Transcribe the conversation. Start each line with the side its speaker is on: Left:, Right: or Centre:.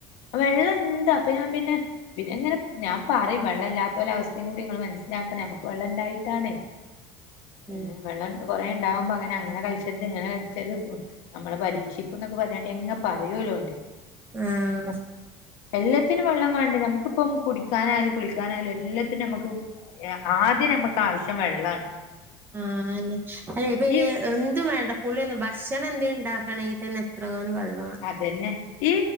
Left: വെള്ളണ്ട് അപ്പൊ ഞാൻ പിന്നെ പിന്നെ ഇങ്ങനെ- ഞാൻ പറയും വെള്ളം ഇല്ലാത്തോലെ അവസ്ഥയും കൂടി നിങ്ങള് മനസ്സിലാക്കണം നമുക്ക് വെള്ളം ഇണ്ടായിട്ടാണ്
Right: ഉം
Left: ഏഹ് വെള്ളം കൊറെ ഇണ്ടാവുമ്പോ അങ്ങനെ അങ്ങനെ കളിച്ചരുത് ഇങ്ങനെ കളിച്ചരുത്- നമ്മളെ പരീക്ഷിക്കുന്നൊക്കെ പറഞ്ഞാണ്ടി അങ്ങ് പറയുല്ലോ
Right: ആഹ്
Left: എല്ലാത്തിനും വെള്ളം വേണ്ടേ നമുക്കിപ്പം കുടിക്കാനായാലും കുളിക്കാനായാലും എല്ലാത്തിനും നമുക്ക് ആദ്യം നമുക്ക് ആവശ്യം വെള്ളാണ്.
Right: ആഹ് അല്ലെ അല്ലേ ഇപ്പൊ ഇങ്
Left: ഈ
Right: എന്തും വേണ്ട കുളീ ഒന്നും ഭക്ഷണം എന്തേ ഇണ്ടാക്കണങ്കിൽ തന്നെ എത്രങ്ങാനും വെള്ള --
Left: അത് തന്നെ ഈ